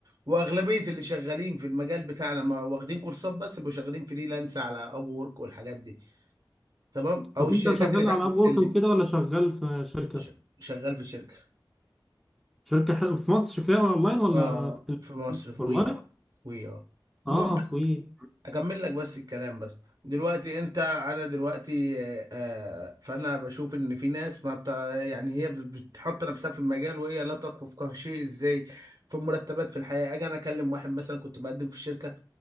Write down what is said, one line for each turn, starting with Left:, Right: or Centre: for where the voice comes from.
Right: واغلبيه اللي شغالين في المجال بتاعنا ما واخدين كورسات بس بيبقوا شغالين فريلانس على اب وورك والحاجات دي تمام
Centre: طب
Right: او الشركات
Centre: انت شغال
Right: اللي تحت
Centre: على
Right: السلم
Centre: اب وورك وكده ولا شغال في شركه
Right: ش- شغال في شركه
Centre: شركه حلوه في مصر شكلها اونلاين ولا
Right: اه في مصر في
Centre: اونلاين
Right: وي في وي اه المهم
Centre: اه في
Right: اكمل لك بس الكلام بس دلوقتي انت انا دلوقتي آه، آه، فانا بشوف ان في ناس ما بتاع يعني هي بت- بتحط نفسها في المجال وهي لا تكفو في شيء ازاي في المرتبات في الحياه اجي انا اكلم واحد مثلا كنت بقدم في الشركه